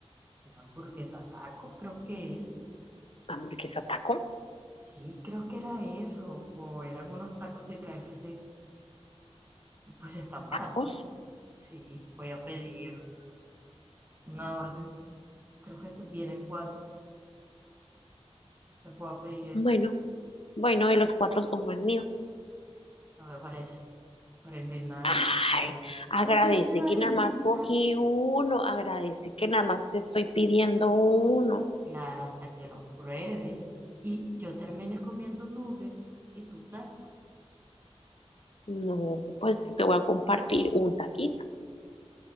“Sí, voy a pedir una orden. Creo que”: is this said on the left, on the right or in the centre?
Right